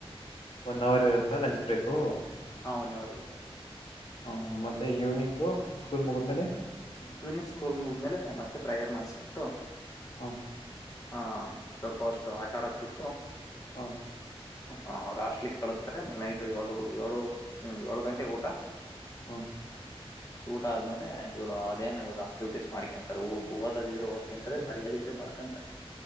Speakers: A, on the left; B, on the left.
A: ಒನ್ ಅವರ್ ಇರುತ್ತಾ ಲಂಚ್ ಬ್ರೇಕು
B: ಹಾಂ ಒನ್ ಅವರ್ ಇರುತ್ತೆ
A: ಹ ಮತ್ತೆ ಈವ್ನಿಂಗು ಸ್ಕೂಲ್ ಮುಗಿದ್ಮೇಲೆ
B: ಇವನಿಂಗ್ ಸ್ಕೂಲ್ ಮುಗ್ಮೇಲೆ ಮತ್ತೆ ಪ್ರೇಯರ್ ಮಾಡಿಸಬಿಟ್ಟು
A: ಹಾ
B: ಹಾ ಸ್ವಲ್ಪ ಹೊತ್ತು ಆಟ ಆಡಾಕ್ ಬಿಟ್ಟು
A: ಹಾ
B: ಹ ಅವ್ರುಾಸ್ಟ್ಲಿ ಕಳಸ್ತಾರೆ ಮೇಲೆ ನೈಟ್ ಏಳರು ಏಳು ಏಳು ಗಂಟೆಗೆ ಊಟ
A: ಹ್ಮ
B: ಊಟ ಆದ್ಮೇಲೆಯ ಇವ್ರುದೇನ ಇ್ರು ಆಕ್ಟಿವಿಟೀಸ್ ಮಾಡಕಂತಾರೆ ಓದಿದ್ರರು ಓದ್ಕಂತಾರೆ ಬರಿಯೋದ ಇದ್ರೆ ಬರ್ಕಂತಾರೆ